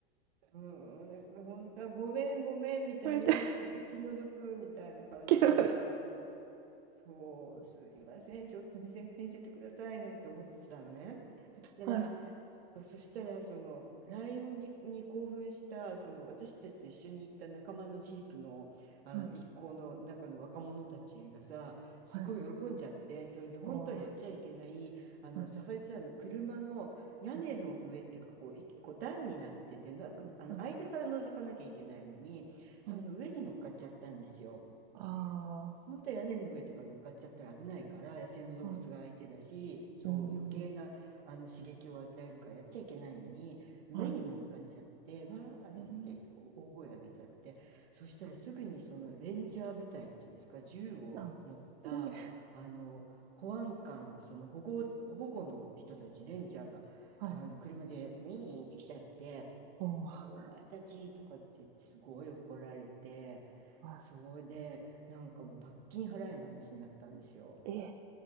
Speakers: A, on the right; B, on the right.
A: うん、なんか本当はごめんごめんみたいな、
B: これで、
A: いやなんかすごい気の毒みたいな感じでさ、
B: けど、
A: そう、すいません、ちょっと見せ、見せてくださいなんて思ってたのね。そしたら、
B: はい、
A: そ、そしたら、その、ライオンに、に興奮した、その、私たちと一緒に行った仲間のジープの、あの、
B: はい、
A: 一行の中の若者たちがさ、すごい喜んじゃって、
B: はい。
A: それで、本当はやっちゃいけない、
B: ああ、は
A: あの、
B: い、
A: サファリツアーの車の屋根の上っていうか、
B: はい、
A: こう、いこう段になってて、なあの、
B: はい、
A: 間から覗かなきゃいけないのに、その上に乗っかっちゃったんですよ。
B: はい。あ
A: 本当は屋根の上とか乗っかっちゃったら危ないから、野生の動物が相手だし、
B: あ、はい、
A: そう余計なあの刺激を与えるからやっちゃいけないのに、
B: うん、
A: 上に乗っかっちゃって、
B: はい。
A: わーなんてお大声上げちゃって、
B: えー
A: そしたらすぐにそのレンジャー部隊っていうんですか、
B: あ、
A: 銃を持ったあの保安官のその保護、
B: あ、うん、
A: 保護の人たち、レンジャーがあの車でウィーンって来ちゃって、
B: はい、おー
A: お前たちとかって言ってすごい怒られて
B: は
A: そうでなんかもう罰金払えの話になったんですよ。
B: い。ええ、